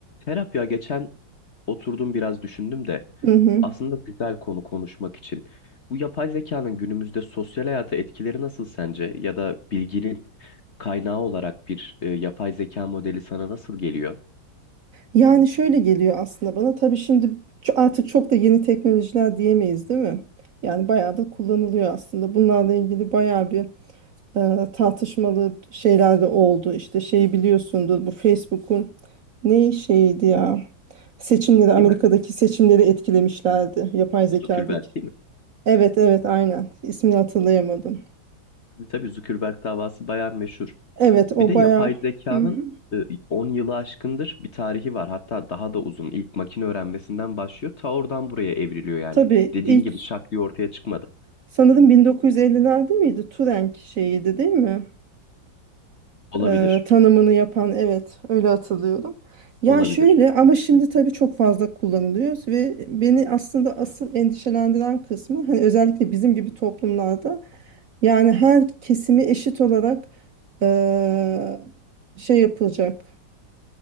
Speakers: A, on the left; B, on the right.
A: Serap ya geçen oturdum biraz düşündüm de
B: Hı hı.
A: aslında güzel konu konuşmak için. Bu yapay zekanın günümüzde sosyal hayata etkileri nasıl sence? Ya da bilginin kaynağı olarak bir e, yapay zeka modeli sana nasıl geliyor?
B: Yani şöyle geliyor aslında bana. Tabii şimdi ç- artık çok da yeni teknolojiler diyemeyiz, değil mi? Yani bayağı da kullanılıyor aslında. Bunlarla ilgili bayağı bir e, tartışmalı şeyler de oldu. İşte şeyi biliyorsundur bu Facebook'un ne şeydi ya? Seçimleri Amerika'daki
A: Değil mi?
B: seçimleri etkilemişlerdi. Yapay zekadaki.
A: Zuckerberg değil mi?
B: Evet evet aynen. İsmini hatırlayamadım.
A: Tabii tabii Zuckerberg davası bayağı meşhur.
B: Evet o
A: Bir de
B: bayağı.
A: yapay zekanın
B: Hı hı.
A: e, 10 yılı aşkındır bir tarihi var. Hatta daha da uzun. İlk makine öğrenmesinden başlıyor. Ta oradan buraya evriliyor yani.
B: Tabii
A: Dediğin
B: ilk
A: gibi şak diye ortaya çıkmadı.
B: sanırım 1950'lerde miydi? Turing şeyiydi değil mi?
A: Olabilir.
B: e, tanımını yapan evet öyle hatırlıyorum. Ya
A: Olabilir.
B: şöyle ama şimdi tabii çok fazla kullanılıyor ve beni aslında asıl endişelendiren kısmı hani özellikle bizim gibi toplumlarda yani her kesimi eşit olarak e, şey yapılacak